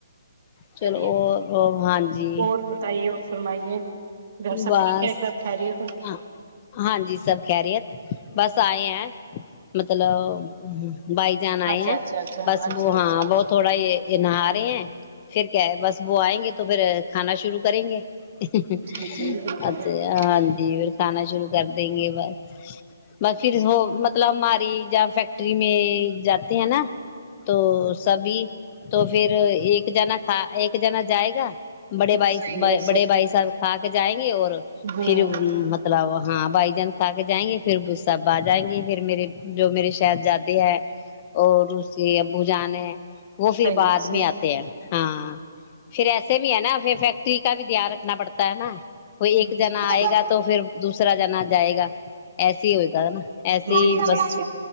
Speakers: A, on the left; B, on the right.
A: چلو
B: چلیے
A: اور ہاں جی
B: اور بتائیے اور فرمائیے گھر سب
A: بس
B: ٹھیک ہے ایک دم خیریت ہے
A: ہ ہاں جی سب کہریی ہےت بس آ ہیں مطلب بائی جان
B: اچھا
A: آئے ہیں
B: اچھا اچھا
A: بس
B: اچھا
A: وہ
B: اچھا
A: ہاں وہ تھوڑا یہ یہ نہ آ رہے ہیں <unintelligible> پھر کیا ہے بس وہ آئیں گے تو پھر کھانا شروع <unintelligible> کریں گے <unintelligible>
B: جی جی بالکل
A: اچھے
B: بالکل
A: ہاں جی <unintelligible> کھانا شروع کر دیں گے بس بس پھر ہو مطلب ہماری جہ فیکٹری میں جاتے ہیں نا تو سبھی تو پھر ایک جنا کھا ایک جنا جائے گا <unintelligible> بڑے بائی
B: صحیح
A: ب
B: ہے صحیح
A: بڑے بائی صاب <unintelligible> آ جائے <unintelligible> اور
B: ہے ہوں
A: فھر مطلب <unintelligible> ہاں بھائی جان کھا کے جائیں گے پھر وہ سب آ جائیں گے پھر میرے جو میرے شہزادے ہیں اور اس کے ابو جان ہے <unintelligible> وہ پھر
B: صحیح
A: بعد
B: ہے صحیح
A: میں آتے ہیں ہاں پھر ایسے بھی ہے نا پھر فیکٹری <unintelligible> کا دیاان رکھنا پڑتا <unintelligible> تا ہے نا <unintelligible> کوئی ایک
B: جی جی
A: جنا آئے گا تو پھر دوسرا جنا جائے گا ایس ہی ہوئے گا ہے نا ایسی
B: جی جی
A: ہی
B: جی
A: بس